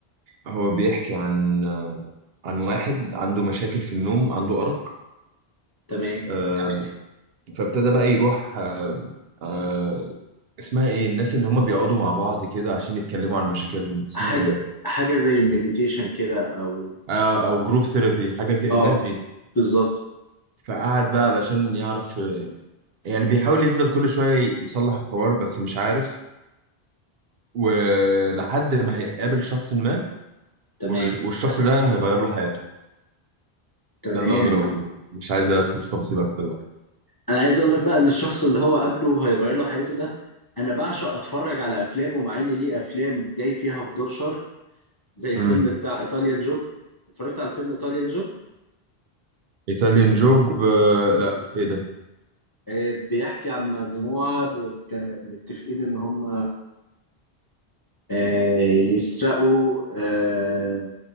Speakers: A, on the right; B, on the left.
A: هو بيحكي عن عن واحد عنده مشاكل في النوم عنده ارق
B: تمام
A: آه، فابتدى بقى يروح آه، آه، اسمها ايه الناس اللي هم بيقعدوا مع بعض كده عشان يتكلموا عن مشاكلهم اسمها
B: حاجه
A: ايه
B: حاجه زي المديتيشن كده او
A: آه، او جروب ثيرابي حاجه كده
B: اه
A: الناس دي
B: بالظبط
A: فقعد بقى علشان يعرف يعني بيحاول يفضل كل شويه يصلح الحوار بس مش عارف ولحد ما هيقابل شخص ما
B: تمام
A: والش- والشخص ده هيغير له حياته
B: تمام
A: ده اللي اقدر اقوله مش عايز ادخل في تفاصيل اكتر بقى
B: انا عايز اقول لك بقى ان الشخص اللي هو قابله هيغير له حياته ده انا بعشق اتفرج على افلامه مع ان ليه افلام جاي فيها في دور شر زي الفيلم
A: امم
B: بتاع ايطاليان جوب اتفرجت على فيلم ايطاليان جوب
A: ايطاليان جوب آه، لا ايه ده
B: آه، بيحكي عن مجموعة ب- كان متفقين إن هم آه، يسرقوا آه،